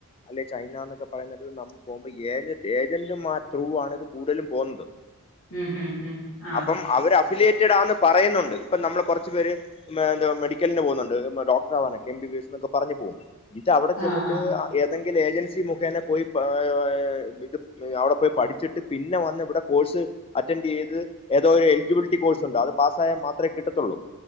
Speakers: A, on the left; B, on the left.
A: അല്ലെ ചൈന എന്നൊക്കെ പറയത്ത് നമ്മൾ പോകുമ്പോ ഏജ ഏജന്റുമാര് ത്രൂ ആണ് ഇത് കൂടുതലും പോകുന്നത്
B: ഉം ഉം ഉം ആഹ്
A: അപ്പം അവര് അഫിലിയേറ്റഡാന്ന് പറയുന്നുണ്ട് ഇപ്പം നമ്മൾ കുറച്ച് പേര് എന്ത മെഡിക്കലിന് പോകുന്നുണ്ട് ഡോക്ടറവാനക്കെ എം ബി ബി എസ് എന്നൊക്കെ പറഞ്ഞു പോകും ഇത് അവിടെ ചെന്നിട്ട്
B: ആഹ് ആഹ്
A: ഏതെങ്കിലും ഏജൻസി മുഖേന പോയിഏഹ് ഏഹ് ഇത് ഏഹ് അവിടെ പോയി പഠിച്ചിട്ട് പിന്നെ വന്ന് ഇവിടെ കോഴ്സ് അറ്റൻഡ് ചെയ്ത് ഏതോ ഒരു എലിജിബിലിറ്റി കോഴ്സ് ഉണ്ട് അത് പാസ്സായാ മാത്രമേ കിട്ടത്തൊള്ളൂ